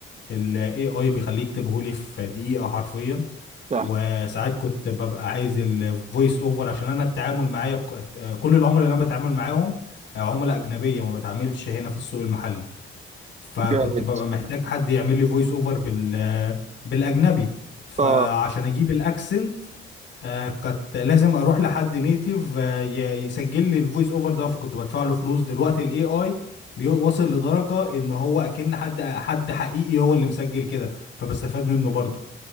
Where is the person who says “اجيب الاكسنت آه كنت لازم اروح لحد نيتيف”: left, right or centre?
Left